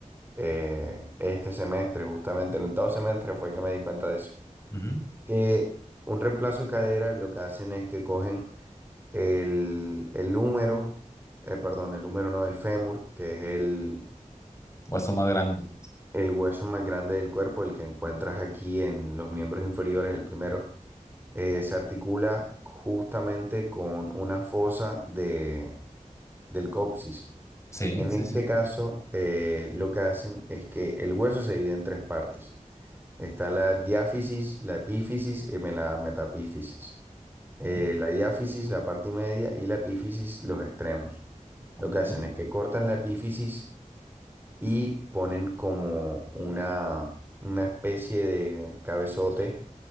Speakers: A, on the right (about 15°); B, on the left (about 20°).
A: eh, este semestre, justamente en octavo semestre fue que me di cuenta de eso,
B: Ujú.
A: que un reemplazo de cadera lo que hacen es que cogen el, el húmero, eh, perdón, el húmero no, el fémur, que es el,
B: Hueso más grande.
A: el hueso más grande del cuerpo, el que encuentras aquí en los miembros inferiores, el primero, eh, se articula justamente con una fosa de, del coxis.
B: Sí,
A: En
B: sí,
A: este
B: sí.
A: caso, eh, lo que hacen es que el hueso se divide en tres partes. Está la diáfisis, la epífisis y me- la metapífisis.
B: Ok,
A: Eh, la diáfisis, la parte media, y la epífisis, los extremos.
B: ok.
A: Lo que hacen es que cortan la epífisis y ponen como una, una especie de cabezote